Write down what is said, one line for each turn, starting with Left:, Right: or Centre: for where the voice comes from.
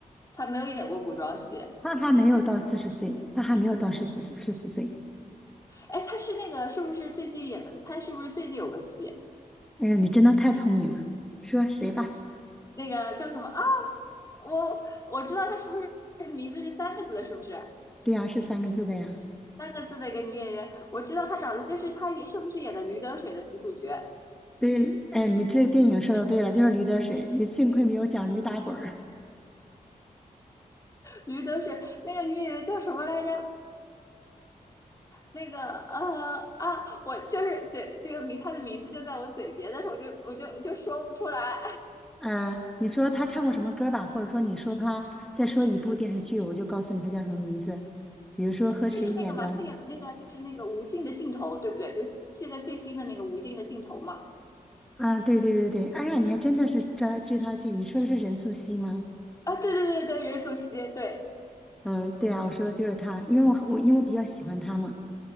Left: 他没有演过古装戏，
Centre: 他还没有到四十岁，他还没有到十四十四岁。
Left: 哎，他是那个是不是最近演的？他是不是最近有个戏，
Centre: 哎呀，你真的太聪明了，说谁吧？
Left: 那个叫什么啊？我我知道他是不是名字是三个字的，是不是？
Centre: 对呀、是三个字的呀。
Left: 三个字的一个女演员，我知道她长得就是她也是不是演的《驴得水》的女主角？
Centre: 对，哎，你这个电影说的对了，就是驴得水，你幸亏没有讲驴打滚儿。
Left: 驴得水那个女演员叫什么来着？那个呃啊，我就是嘴这个名，她的名字就在我嘴边，但是我就我就就说不出来。
Centre: 嗯、你说他唱过什么歌吧，或者说你说他再说一部电视剧，我就告诉你他叫什么名字。比如说和谁演的
Left: 就是那个嘛，他演的那个就是那个无尽的尽头，对不对？就现在最新的那个无尽的尽头嘛。
Centre: 啊？对对对对，哎呀，你还真的是追追他剧，你说的是任素汐吗？
Left: 啊，对对对对，任素汐，对
Centre: 嗯，对啊，我说的就是他，因为我很我因为我比较喜欢他嘛。